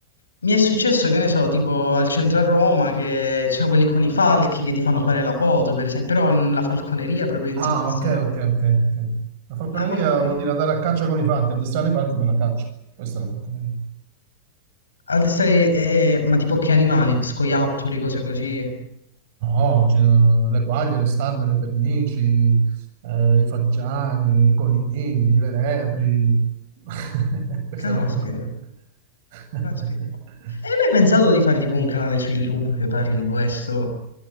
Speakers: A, on the left; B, on the right.
A: mi è successo, che ne so, tipo al centro a Roma, che ci sono quelli con i falchi che ti fanno fare la foto, per esempio, però mh, la falconeria proprio in
B: Ah,
A: sé per sé,
B: ok,
A: no?
B: ok, ok. ok. La falconeria
A: La falconeria.
B: vuol dire andare a caccia con i falchi, addestrare i falchi per la caccia. Questa è la falconeria.
A: Addestrare, eh, ma tipo che animali? Scoiattoli, cose così.
B: No, ci- le quaglie, le starne, le pernici, eh, i faggiani, i conigli, le lepri, <laughs> queste
A: Caspita,
B: robe qua. <laughs>
A: caspita. E hai mai pensato di fare tipo un canale su YouTube che parli di questo?